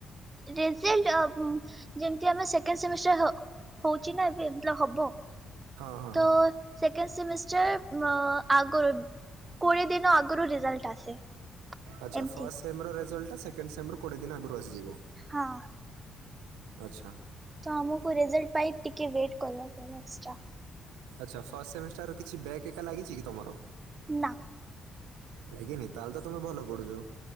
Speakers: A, on the right (about 25°); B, on the right (about 70°).
A: ରେଜଲ୍ଟ ଯେମତି ଆମେ ସେକେଣ୍ଡ ସେମିଷ୍ଟର ହ ହଉଚି ନା ଏବେ ଯେତବେଳେ ହବ
B: ହଁ ହଁ
A: ତ
B: ହଁ
A: ସେକେଣ୍ଡ ସେମିଷ୍ଟର ଅ ଆଗରୁ କୋଡିଏ ଦିନ ଆଗରୁ ରେଜଲ୍ଟ ଆସେ
B: ଆଛା
A: ଏମିତି
B: ଫଷ୍ଟ ସେମ ର ରେଜଲ୍ଟ ଟା ସେକେଣ୍ଡ୍ ସେମ ର କୋଡିଏ ଦିନ ଆଗରୁ ଆସିଯିବ।
A: ହଁ।
B: ଆଚ୍ଛା।
A: ତ ଆମକୁ ରେଜଲ୍ଟ ପାଇ ଟିକେ ୱେଟ୍ କରିବାକୁ ପଡେ ଏକ୍ସଟ୍ରା।
B: ଆଚ୍ଛା ଫାଷ୍ଟ ସେମିଷ୍ଟାର ର କିଛି ବ୍ୟାକ ଏକା ଲାଗିଚି କି ତମର?
A: ନା
B: ଲାଗିନି ତାହେଲେ ତ ତମେ ଭଲ ପଢୁଚ।